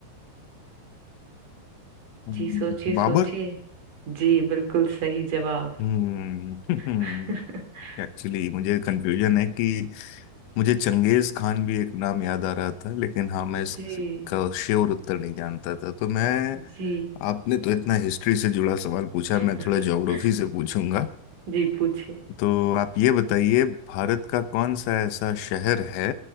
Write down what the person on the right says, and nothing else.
जी सोचिए
सोचिए जी बिल्कुल सही जवाब
<laughs>
जी
जी
<laughs>
जी पूछे